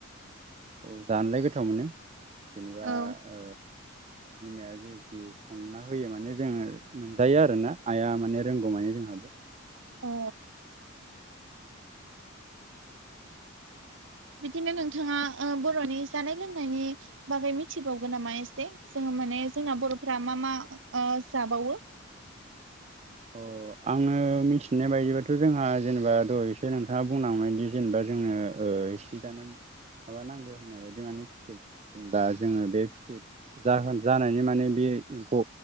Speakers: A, on the right; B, on the right.
A: औ जानोलाय गोथाव मोनो जेनेबा
B: औ
A: ओ बिमाया जेदि संना होयो माने जोङो मोनजायो आरोना आइया माने रोंगौ माने जों <unintelligible>
B: अ। बिदिनो नोंथाङा बर'नि जानाय लोंनायनि बागै मिथिबावगोन नामा एसे जोङो। माने जोंना बर'फोरा मा मा ओ जाबावो
A: औ। आङो मिथिनाय बायदिबथ' जोंहा जेनेबा दहाय एसे नोंथाङा बुंलांबायदि जेनेबा जोंओ ओ <unintelligible> माबा नांगो होननाय बायदि माने फिथोब जेनबा जोङो बे फिथोब जोहोन जानायनि माने बे एम्फौ